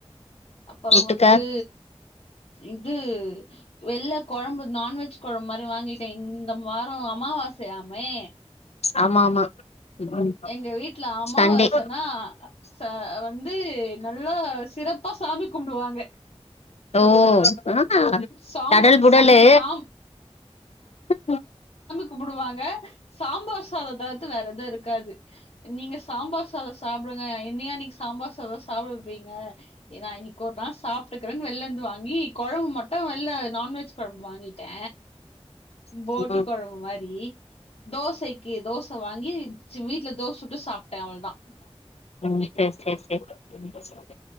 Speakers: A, on the left; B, on the left.
A: அப்போறோ
B: தொட்டுக்க
A: வந்து இது வெள்ள கொழம்பு நான்வெஜ் கொழம்பு மாரி வாங்கிட்டே இந்த வாரோ அமாவாசையாமே
B: ஆமா ஆமா ம்
A: எங்க வீட்ல அமாவாசன்னா
B: சண்டே
A: ச வந்து நல்லா சிறப் ப்பா சாமி கும்டுவாங்க
B: ஓ ஆ
A: சாம்பா
B: தடல் புடலு
A: அன்னைக்கு சாம்
B: ம்
A: கும்புடுவாங்க சாம்பார் சாத தவிர்த்து வேற எதுவு இருக்காது நீங்க சாம்பார் சாத சாப்டுங்க என்னய அன்னிக்கு சாம்பார் சாத சாப்டவப்பீங்க நா இன்னிக்கு ஒரு நாள் சாப்ட்டுக்கறேனு வெளிலேந்து வாங்கி கொழம்பு மட்டு ட்டு வெளில நான்வெஜ் கொழம்பு வாங்கிட்டே போட்டி
B: ம்
A: கொழம்பு மாரி <unintelligible> தோசைக்கி தோச வாங்கி வீட்ல தோசை சுட்டு சாப்ட்டேன் அவ்ளோதான்.
B: உம் சேரி-சேரி-சேரி